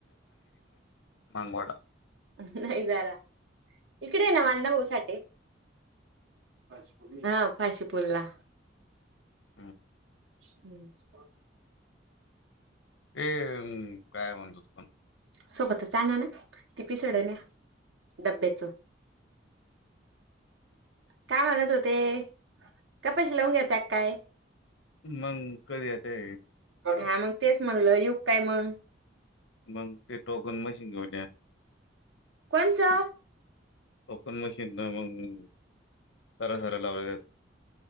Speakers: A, on the left; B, on the right.
A: मांंगवडा
B: नाही जरा इकडे आहे ना आणा भाऊ साठे हा फाशीपुरला
A: <inaudible>
B: <unintelligible>
A: ते काय म्हणतात पण
B: सोबतचां ना ना ती पिसडन या डब्याच काय म्हणत होते कपाशी लावून घ्या त्या काय
A: मंग कधी येताय
B: हा मग तेच म्हणलं यु काय मंग
A: मग ते टोकन मशीन घेऊन या
B: कोणचा
A: कोकण मशीन न मग सार सारा लावला त्याच